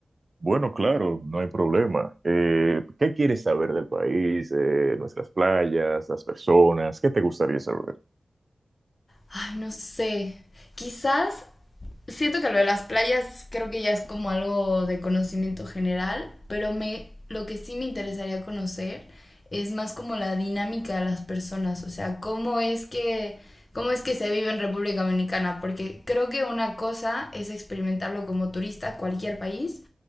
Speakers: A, on the right; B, on the left.
A: Bueno, claro, no hay problema. Eh, ¿qué quieres saber del país, eh, nuestras playas, las personas? ¿Qué te gustaría saber?
B: Ay, no sé. Quizás siento que lo de las playas creo que ya es como algo de conocimiento general, pero me lo que sí me interesaría conocer es más como la dinámica de las personas, o sea, cómo es que cómo es que se vive en República Dominicana, porque creo que una cosa es experimentarlo como turista a cualquier país